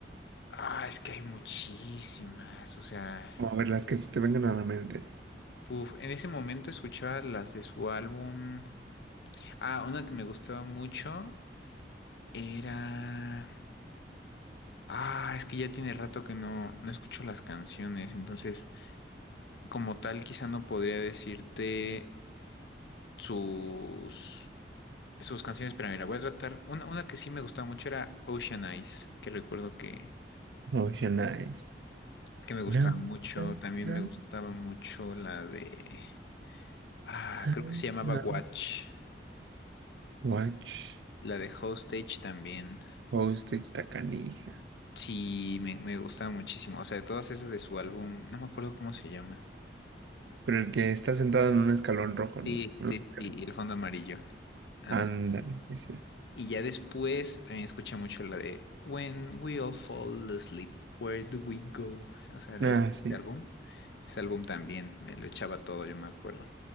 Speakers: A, on the left; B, on the right.
A: ah, es que hay muchísimas, o sea...
B: Vamos a ver las que se te vengan a la mente.
A: Uf, en ese momento escuchaba las de su álbum. Ah, una que me gustaba mucho era. Ah, es que ya tiene rato que no, no escucho las canciones, entonces, como tal, quizá no podría decirte sus, sus canciones, pero mira, voy a tratar. Una, una que sí me gustaba mucho era Ocean Eyes, que recuerdo que,
B: Ocean Eyes.
A: que me gustaba
B: No.
A: mucho.
B: no,
A: También
B: no,
A: me gustaba mucho la de. Ah,
B: ay,
A: creo que se llamaba
B: no.
A: Watch,
B: Watch.
A: la de Hostage también.
B: Postage, ta canija.
A: Sí, me, me gustaba muchísimo. O sea, de todas esas de su álbum, no me acuerdo cómo se llama.
B: Pero el que está sentado en un escalón rojo,
A: Sí,
B: ¿no? En
A: sí,
B: un
A: sí,
B: escalón.
A: sí, El Fondo Amarillo. And-
B: Ándale, ese es.
A: y ya después también escuché mucho la de When We All Fall Asleep, Where Do We Go? O sea, de
B: Ah,
A: ese,
B: sí.
A: ese álbum. Ese álbum también, me lo echaba todo, yo me acuerdo.